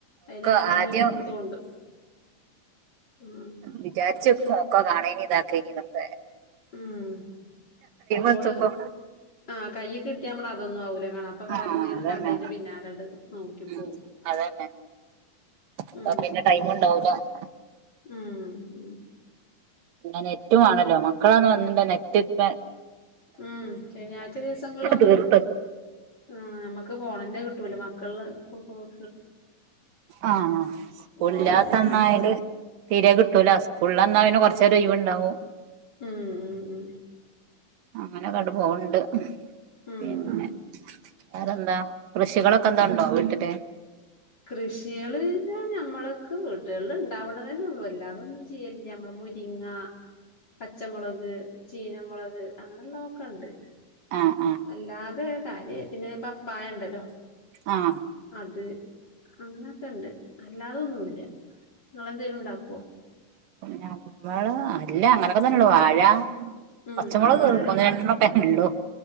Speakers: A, on the right; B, on the left.
A: ഒക്കെ
B: അതിൽ അങ്ങനെ
A: ആദ്യം
B: ഇരിന്ന് തോണ്ടും ഉം
A: വിചാരിച്ചക്കും ഒക്കെ കാണെ ഇതാക്കനത്തെ
B: ഉം ഫോണ്
A: എത്തുമ്പോ
B: ആ കയ് കിട്ടയാമ്മള് അതൊന്നും ആവൂല കാണാം മ്മ് മ്ഫോൺ
A: ആഹ്
B: കയ്യിൽ കിട്ടിയാൽ അത് ഒന്നും അവുലാ കണഅപ്പൊ വേറെ എന്തെി.
A: അതന്നെ
B: ലും കണ്ടതിന്റെ പിന്നാലണ്ട് നോക്കിപ്പോ
A: ഉം അതന്നെ
B: ഉ
A: അപ്പൊ പിന്നെ ടൈം ഉണ്ടാവൂല
B: ഉ ഉം
A: ഇന്ന നെറ്റും ആണല്ലോ മക്കളാന്ന് വന്നി നെറ്റ്ക്ക ഇട് ക്കാ
B: ഉം ശനിയാഴ്ച ദിവസങ്ങളിലൊന്നും
A: തീർത്ത്
B: ഉ നമ്മക്ക് ഫോണന്റെ കിട്ടൂല മകൾ മക്കൾ ഫോൺ
A: ആഹ സ്കൂളില
B: ഓലട്ത്തന്നാവും
A: തന്നായല് തീരെ കിട്ടൂല സ്കൂളിൽ നിന്ന് വന്നാൽഅവന് കൊറച്ച് ഉച്ചവരെ ഒഴിവ്ഉണ്ടാവും
B: ഉം ഉം ഉം
A: അങ്ങനെൊക്കണ്ട പോണ്ട്
B: ഉം
A: പിന്നെ ഏറെന്താ കൃഷികളൊക്കെ എന്തോ ണ്ടോ വീട്ടില്
B: കൃഷിയള് ഞാൻ ഞമ്മൾക്ക് വീട്ടുകളില് ണ്ടാവ്ണതെന്നെ ഉള്ളൂ എല്ലാതൊന്നും ചെയ്യൽല്യ. അമ്മളെ മുരിങ്ങ പച്ചമുളക് ചീനമുളക് അങ്ങനെയുള്ളതൊക്കെ ണ്ട്
A: ആഹ് ആഹ്
B: അല്ലാതെ കാര്യ പിന്നെ പപ്പായണ്ടല്ലോ
A: ആഹ്
B: അത് അങ്ങെക്കെണ്ട് അല്ലാതൊന്നുല്ല നിങ്ങളെന്തേലും ണ്ടാക്കോ
A: ഞമ്മള് അല്ല അങ്ങനൊക്കെ തന്നെള്ളു വാഴ
B: ഉം
A: പച്ചമുളക്
B: ആ വാഴയുണ്ട്
A: തീർ ഒന്ന് രണ്ടണ്ണൊക്കെ ഇള്ളു